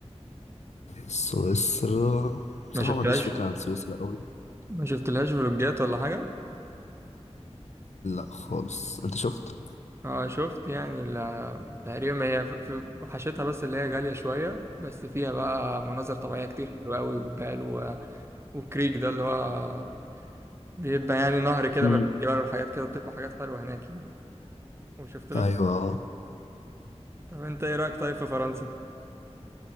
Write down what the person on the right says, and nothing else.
ما شفتلهاش
ما شفتلهاش فلوجات ولا حاجة؟
اه شفت يعني ال- تقريبا هي في في حشتها بس اللي هي غالية شوية بس فيها بقى مناظر طبيعية كتير حلوة أوي جبال و... وكريك ده اللي هو بيبقى يعني نهر كده
ما بين الجبال والحاجات كده بتبقى حاجات حلوة هناك يعني وشفت لها
في...
طب انت ايه رأيك طيب في فرنسا؟